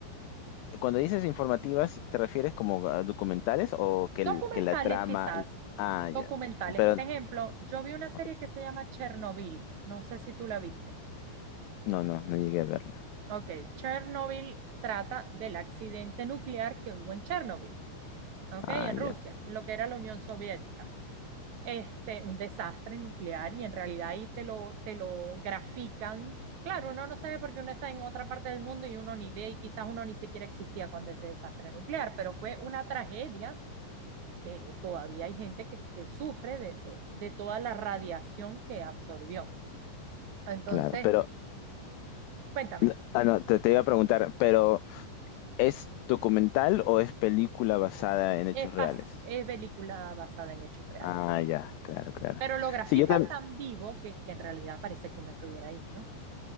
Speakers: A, on the left; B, on the right.
A: Cuando dices informativas, ¿te refieres como a documentales o que,
B: Documentales
A: el- que la trama...
B: quizás,
A: Ah,
B: documentales.
A: ya. Pero,
B: Por ejemplo, yo vi una serie
A: ok.
B: que se llama Chernobyl, no sé si tú la viste.
A: No, no, no llegué a verla.
B: Ok, Chernobyl trata del accidente nuclear que hubo en Chernobyl. ¿ok?
A: Ah,
B: En
A: ya,
B: Rusia, lo que era la Unión Soviética. Este, un desastre nuclear y en realidad ahí te lo, te lo grafican. Claro, uno no sabe porque uno está en otra parte del mundo y uno ni ve y quizás uno ni siquiera existía cuando ese desastre nuclear, pero fue una tragedia que todavía hay gente que, que sufre de, de, de toda la radiación que absorbió. Entonces,
A: claro. Pero,
B: cuéntame,
A: no- ah, no, te, te iba a preguntar, pero ¿es documental o es película basada en hechos
B: es,
A: reales?
B: pas- es película basada en hechos reales,
A: Ah, ya, claro, claro.
B: pero lo grafican
A: Sí, yo también...
B: tan vivo que, que en realidad parece que uno estuviera ahí, ¿no?